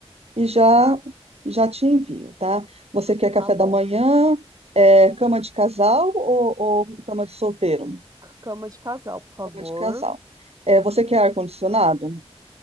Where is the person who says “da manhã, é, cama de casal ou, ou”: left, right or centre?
Right